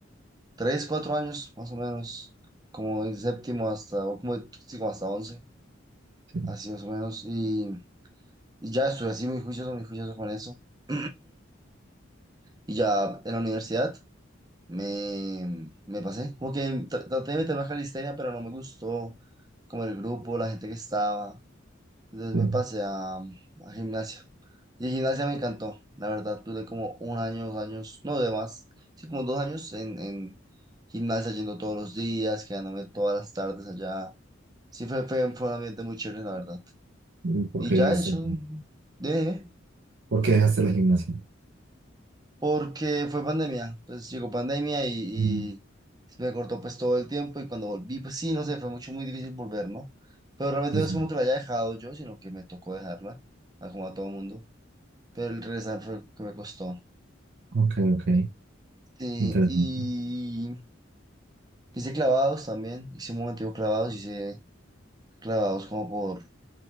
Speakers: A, on the right; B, on the right.
A: 3, 4 años, más o menos, como el séptimo hasta, o como, de- sí, hasta 11,
B: Sí,
A: así más o menos. Y, y ya estuve así muy juicioso, muy juicioso con eso. <clears throat> Y ya en la universidad. Me, me pasé, como que tra- traté de meterme a calistenia, pero no me gustó como el grupo, la gente que estaba. Entonces
B: sí.
A: me pasé a, a gimnasio. Y gimnasia me encantó, la verdad, tuve como un año, dos años, no de más, sí, como dos años en, en gimnasia yendo todos los días, quedándome todas las tardes allá. Sí, fue, fue, fue un ambiente muy chévere, la verdad.
B: ¿Y por
A: Y
B: qué
A: ya
B: dejaste,
A: he hecho, dime, dime.
B: por qué dejaste la gimnasia?
A: porque fue pandemia. Entonces llegó pandemia y,
B: Mm,
A: y se me cortó pues todo el tiempo y cuando volví, pues sí, no sé, fue mucho, muy difícil volver, ¿no? Pero realmente
B: sí,
A: no
B: sí.
A: es como que la haya dejado yo, sino que me tocó dejarla, a- como a todo mundo. Pero el regresar fue que me costó.
B: Ok, ok.
A: Sí,
B: Interesante,
A: y hice clavados también, hice un momentico clavados, hice clavados como por